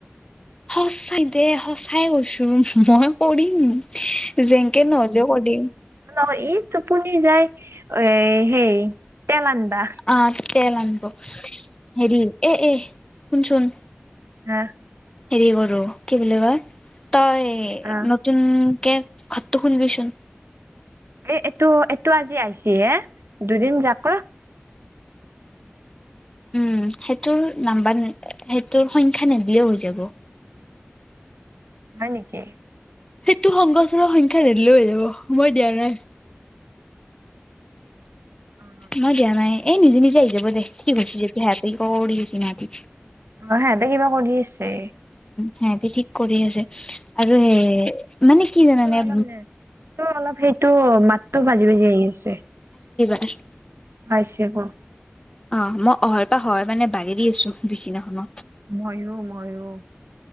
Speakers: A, on the left (about 20°); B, on the right (about 70°).
A: সঁচাই দে সঁচাই কৈছো মই পঢ়িম যেনকে নহলেও পঢ়িম।
B: নহয় ই টোপনি যায় এ সেই তেল আনবা
A: আহ তে আনিব হেৰি এ এ শুনচোন।
B: হম।
A: হেৰি কৰো কি বুলি কয় তই
B: অ
A: নতুন এ ঘৰটো শুনিবিচোন
B: এ এইটো এইটো আজি আহিছি হে দুদিন যাক ৰ।
A: উম সেইটোৰ নাম্বাৰ সেইটোৰ সংখ্যা নেদিলেও হৈ যাব।
B: হয় নেকি?
A: সেইটো সংগঠনৰ সংখ্যা ধেৰিলেও হৈ যাব মই দিয়া নাই।
B: অ
A: মই দিয়া নাই এ নিজে নিজে আহি যাব দে ঠিক হৈছি যদি সেহাতে কিবা কৰি গেছি না কি।
B: অ সিহঁতে কিবা কৰি আছে।
A: সেহাতে ঠিক কৰি আছে আৰু সেই
B: উম
A: মানে কি জানানে
B: তোৰ অলপ নে তোৰ অলপ সেইটো মাতটো বাজি বাজি আহি আছে।
A: <unintelligible>
B: আইছে ক।
A: অ মই অহইৰ পৰা সহই মানে বাগেৰি আছো বিছনাখনত।
B: মইয়ো মইয়ো